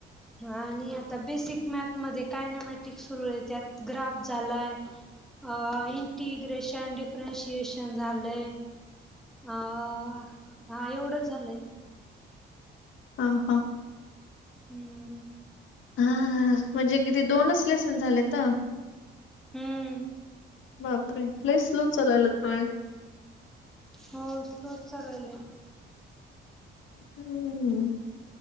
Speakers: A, in the centre; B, on the left.
A: हा आणि आता बेसिक मॅथ मध्ये कायनमॅटिक सुरू आहे त्यात ग्राफ झालाय. अह इंटिग्रेशन डिफरेन्शिएशन झालय. अह हां एवढंच झालंय.
B: हा हा.
A: हम्म.
B: हा म्हणजे किती दोनच लेसन झालेत.
A: हम्म
B: बापरे लईच स्लो चालाललात पण.
A: हो स्लोच चालले.
B: हम्म.